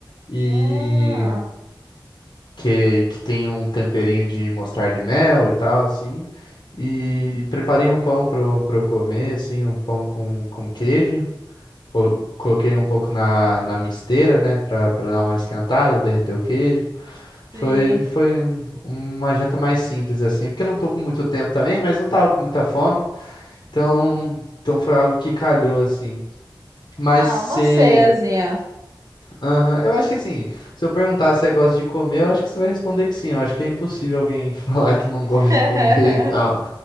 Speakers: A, on the left; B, on the right.
A: E
B: Ah,
A: que, que tem um temperinho de mostarda e mel e tal, assim. E preparei um pão para eu pra eu comer, assim, um pão com, com queijo. Pô, Coloquei ele um pouco na, na misteira, né, para dar uma esquentada, derreter o queijo. Foi,
B: sim.
A: foi uma janta mais simples, assim, porque eu não tô com muito tempo também, mas não tava com muita fome. Então, então foi algo que calhou, assim. Mas
B: Ah,
A: você.
B: uma ceiazinha.
A: Aham, Eu acho que assim, se eu perguntar se você gosta de comer, eu acho que você vai responder que sim. Eu acho que é impossível alguém <laughs> falar que não gosta
B: <laughs>
A: de comer e tal.